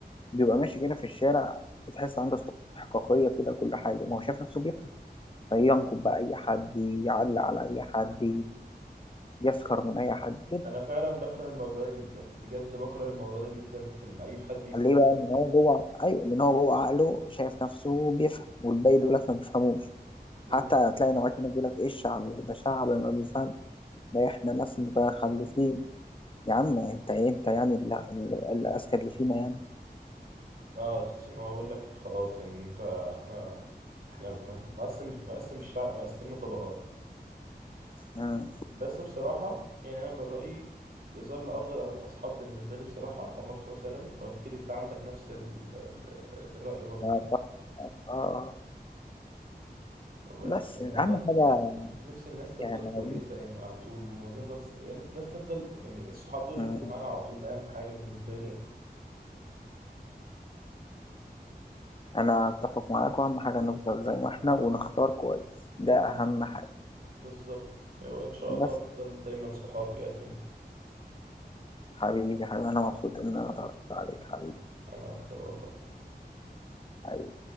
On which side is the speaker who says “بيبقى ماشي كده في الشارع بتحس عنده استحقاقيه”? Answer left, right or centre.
Left